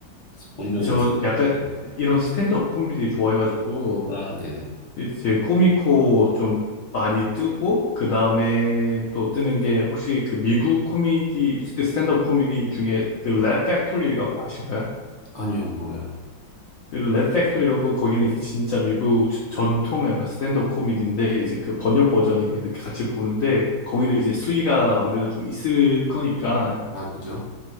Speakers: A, on the left (about 35°); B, on the left (about 75°).
A: 본 적은
B: 저
A: 있어요.
B: 약간
A: 네.
B: 이런 스탠드업 코미디 좋아해가지고
A: 아, 네네.
B: 이제 꼬미코 좀 많이 뜨고 그 다음에 또 뜨는 게 혹시 그 미국 코미디 그 스탠드업 코미디 중에 그랩 팩토리라고 아실까요?
A: 아니요, 몰라요.
B: 랩 팩토리라고 거기는 이제 진짜 미국 주- 전통 약간 스탠드업 코미디인데 이제 그 번역 버전이랑 이렇게 같이 보는데 거기도 이제 수위가 아무래도 좀 있을 거니까
A: 아, 그죠?